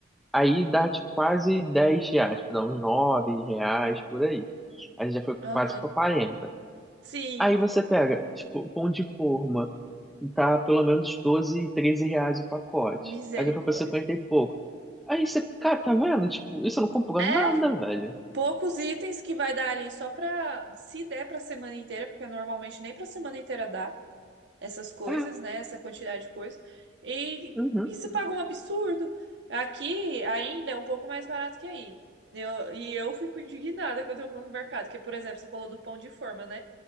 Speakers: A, in the centre; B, on the right (about 65°).
A: Aí dá, tipo, quase 10 reais, tipo, dá uns 9 reais por aí. Aí já foi
B: Aham.
A: quase pra 40.
B: Sim.
A: Aí você pega, tipo, pão de forma, tá pelo menos 12, 13 reais o pacote.
B: Misericórdia.
A: Aí já foi pra 50 e pouco. Aí você, cara, tá vendo? Tipo, isso não comprou
B: É
A: nada, velho.
B: poucos itens que vai dar ali só pra. Se der pra semana inteira, porque normalmente nem pra semana inteira dá essas coisas,
A: É,
B: né? Essa quantidade de coisas. E
A: uhum,
B: isso paga um absurdo. Aqui ainda é um pouco mais barato que aí. Eu, e eu fico indignada quando eu vou no mercado, porque, por exemplo, você falou do pão de forma, né?